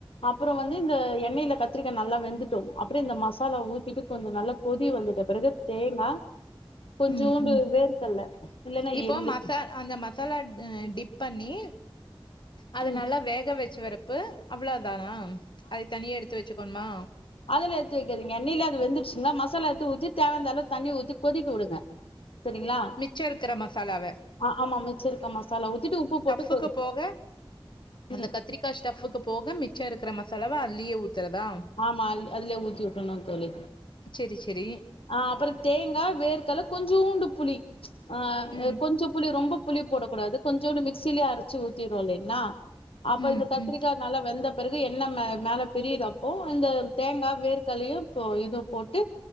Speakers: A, on the left (about 75°); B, on the left (about 55°).
A: அப்றோ வந்து இந்த எண்ணெயில கத்திரிகாய் நல்லா வெந்துட்டோ அப்படே இந்த மசாலா ஊத்திட்டு கொஞ்சோ நல்லா கொதி வந்துட்ட பிறகு தேங்கா கொஞ்சோண்டு
B: ம் ம்
A: வேர்கல்ல இல்லன்னா
B: இப்போ
A: எள்ளு
B: மசா அந்த மசாலா அ டிப் பண்ணி அத
A: ம்
B: நல்லா வேக வச்சு வரப்பு அவ்ளோ தானா அது தனியா எடுத்து வச்சுகணுமா
A: அதுலா எடுத்து வைக்காதீங்க எண்ணைல அது வெந்துருச்சுங்ளா மசாலா எடுத்து ஊத்தி தேவயனந்த அளவு தண்ணி ஊத்தி கொதிக்க உடுங்க சேரிங்ளா
B: மிச்சோ இருக்கற மசாலாவ
A: ஆ ஆமா மிச்சருக்கா மசாலா ஊத்திட்டு உப்பு போட்டு
B: உப்புக்கு
A: கொ
B: போக அந்த
A: ம்
B: கத்திரிக்கா ஸ்டஃபுக்கு போக மிச்ச இருக்கற மசாலாவ அதுலயே ஊத்துறதா
A: ஆமா அல் அதுலே ஊத்தி உட்றணு தோழி
B: செரி செரி
A: ஆ அப்பறோ தேங்கா வேர்கல்ல கொஞ்சோண்டு புளி ஆ
B: ம்
A: கொஞ்சோ புளி ரொம்ப புளி போடகூடாது கொஞ்சோண்டு மிக்சியிலே அரச்சு ஊத்திரோ இல்லைங்ளா அப்ப
B: ம்
A: இந்த கத்திரிக்கா
B: ம்
A: நல்லா வெந்த பிறகு என்ன மே மேல பிரியுதா ஓ இந்த தேங்கா வேர்கலையு இப்போ இது போட்டு